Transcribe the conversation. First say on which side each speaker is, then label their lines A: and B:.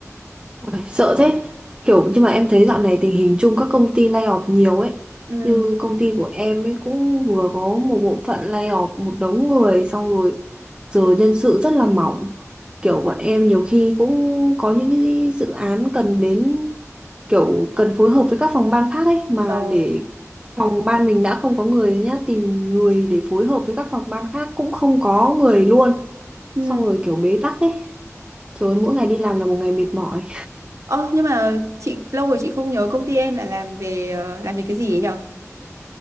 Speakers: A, on the right (about 20°); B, on the right (about 70°).
A: Ôi, sợ thế kiểu nhưng mà em thấy dạo này tình hình chung các công ty lay off nhiều ấy
B: Ừ,
A: như công ty của em ấy cũng vừa có một bộ phận lay off một đống người xong rồi giờ nhân sự rất là mỏng kiểu bọn em nhiều khi cũng có những cái dự án cần đến kiểu cần phối hợp với các phòng ban khác ấy mà
B: ờ,
A: để phòng ban mình đã không có người rồi nhá tìm người để phối hợp với các phòng ban khác cũng không có người luôn
B: ừ.
A: xong rồi kiểu bế tắc ấy rồi mỗi ngày đi làm là một ngày mệt mỏi
B: Ơ, nhưng mà chị lâu rồi chị không nhớ công ty em là làm về ờ, làm về cái gì ấy nhở?